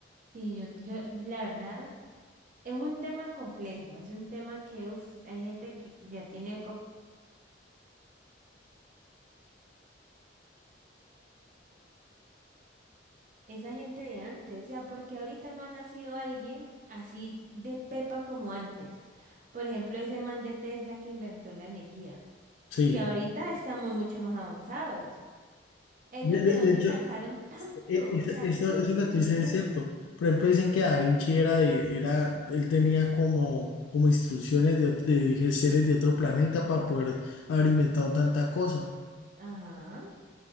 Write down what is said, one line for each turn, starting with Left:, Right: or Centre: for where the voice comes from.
Right: sí, yo, yo, la verdad, es un tema complejo, es un tema que, uf, hay gente que ya tiene esa gente de antes, o sea, porque ahorita no ha nacido alguien así de pepa como antes. Por ejemplo, ese man de Tesla que inventó la energía.
Left: Sí,
Right: Y ahorita estamos mucho más avanzados. ¿Ellos
Left: de, de-
Right: de dónde
Left: de hecho,
Right: sacaron tanto,
Left: e-
Right: o
Left: es-
Right: sea,
Left: eso,
Right: tanta
Left: eso
Right: inteligencia?
Left: que tú dices es cierto. Por ejemplo, dicen que Da Vinci era de, era, él tenía como, como instrucciones de, ot- de seres de otro planeta para poder haber inventado tanta cosa.
Right: Ajá.